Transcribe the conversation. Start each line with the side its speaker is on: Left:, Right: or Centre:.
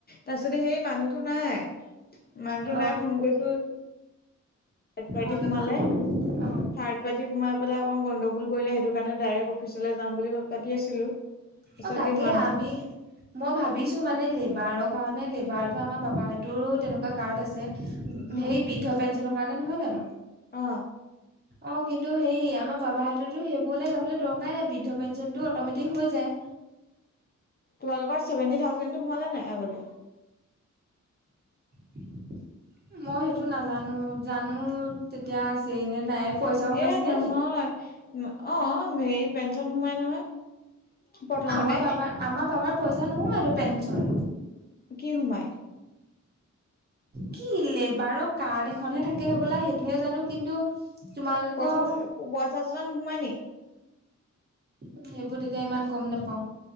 Left: তাৰপিছতে হেই মানুহটো নাই মানুহটো
Right: অ
Left: নাই ফোন কৰিছো থাৰ্ড পাৰ্টি
Right: অ তাৰপা
Left: সোমালে
Right: অ
Left: থাৰ্ড পাৰ্টি সোমাই পেলাই অণ গণ্ডগোল কৰিলে সেইটো কাৰণে ডাইৰেক্ট অফিচলৈ যাম বুলি পাতি আছিলো তাৰপিছত
Right: অ তাকে
Left: ইমান
Right: আমি মই ভাবিছো মানে লেবাৰক কাৰণে লেবাৰতটো আমাৰ বাবাহতৰো তেনেকুৱা কাৰ্ড আছে
Left: অ
Right: সেই বৃদ্ধ পেঞ্চন কাণে নহয় জানো?
Left: অ
Right: অ' কিন্তু হেই এই আমাৰ বাবাহঁতেতো হেবোৰলে যাবলে দৰকাই নাই, বৃদ্ধ পেঞ্চনটো অট'মেটিক হৈ যায়।
Left: তোমালোকৰ চেভেন্টি থাউজেনটো সোমালে নাই আগতে।
Right: <inaudible> মই হেটো নাজানো, জানো তেতিয়া আছেই নে নাই। পইচা সোমাইছিলে
Left: এ নহয়,
Right: নি
Left: অ' হেই পেঞ্চন সোমাই নহয়। প্ৰথমতে
Right: আমাৰ বাবা, আমাৰ বাবাৰ পইচা নোহোমাইটো পেঞ্চন।
Left: কি সোমাই?
Right: কি লেবাৰ কাৰ্ড এখনহে থাকে হ'বলা হেটোহে জানো কিন্তু তোমালোকৰ
Left: পইচা ছ, পইচা ছচা নোসোমাই নি?
Right: উ হেবোৰ তেতিয়া ইমান গম নাপাওঁ।